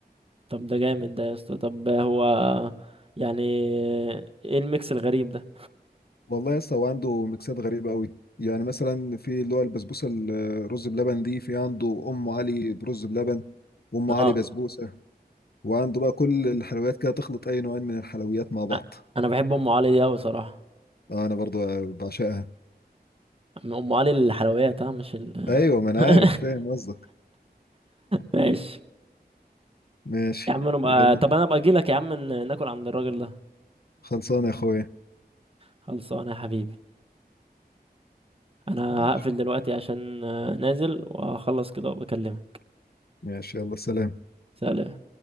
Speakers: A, on the right; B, on the left.
A: طب ده جامد ده يا اسطى طب هو يعني ايه الميكس الغريب ده
B: والله يا اسطى هو عنده ميكسات غريبة قوي يعني مثلا في اللي هو البسبوسة الرز بلبن دي في عنده أم علي برز بلبن وأم علي
A: اه
B: بسبوسة وعنده بقى كل الحلويات كده تخلط أي نوعين من الحلويات مع بعض
A: أ- انا بحب ام علي دي اوي صراحة
B: آه أنا برضو بعشقها
A: ام علي الحلويات ها مش ال
B: أيوة ما أنا
A: <laughs>
B: عارف فاهم قصدك
A: ماشي
B: ماشي
A: يا عم انا بقى...
B: يلا
A: طب انا ابقى اجي لك يا عم ن- ناكل عند الراجل ده
B: خلصانة يا أخويا
A: خلصانه يا حبيبي انا
B: ماشي
A: هقفل دلوقتي عشان آه، نازل واخلص كده وبكلمك
B: ماشي يلا سلام
A: سلام